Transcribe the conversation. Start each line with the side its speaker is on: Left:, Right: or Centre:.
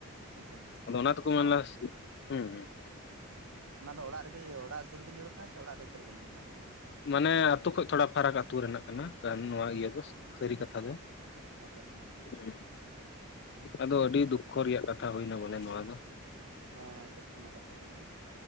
Right: ᱟᱪᱪᱷᱟ ᱟᱪᱪᱷᱟ
Left: ᱟᱫᱚ ᱚᱱᱟ ᱛᱮᱠᱚ
Right: ᱟᱪᱪᱷᱟ
Left: ᱢᱮᱱᱞᱟᱥ ᱦᱩᱸ
Right: ᱚᱱᱟ ᱫᱚ ᱚᱲᱟᱜ ᱨᱮᱜᱮ ᱚᱲᱟᱜ ᱥᱩᱨ ᱨᱮᱜᱮ ᱧᱩᱨ ᱟᱠᱟᱱᱟ ᱥᱮ ᱚᱲᱟᱜ ᱨᱮ ᱩᱛᱟᱹᱨ ᱨᱮᱜᱮ ᱧᱩᱨ ᱞᱮᱱ ᱛᱟᱦᱮᱸᱼᱟ?
Left: ᱢᱟᱱᱮ ᱟᱛᱳ ᱠᱷᱚᱡ ᱛᱷᱚᱲᱟ ᱯᱷᱟᱨᱟᱠ ᱟᱹᱛᱩ ᱨᱮᱱᱟᱜ ᱠᱟᱱᱟ᱾ ᱱᱚᱣᱟ
Right: ᱟᱪᱪᱷᱟ
Left: ᱤᱭᱟᱹ ᱫᱚ ᱥᱟᱹᱨᱤ ᱠᱟᱛᱷᱟ ᱫᱚ,
Right: ᱟᱪᱪᱷᱟ ᱟᱪᱪᱷᱟ
Left: ᱦᱩᱸ ᱟᱫᱚ ᱟᱹᱰᱤ ᱫᱩᱠᱠᱷᱚ ᱨᱮᱭᱟᱜ ᱠᱟᱛᱷᱟ ᱦᱩᱭᱱᱟ ᱵᱚᱞᱮ ᱱᱚᱣᱟ ᱫᱚ᱾
Right: ᱦᱮᱸ ᱦᱮᱸ ᱫᱩᱠᱷᱚ ᱨᱮᱱᱟᱜ ᱠᱟᱛᱷᱟ ᱠᱟᱱᱟ᱾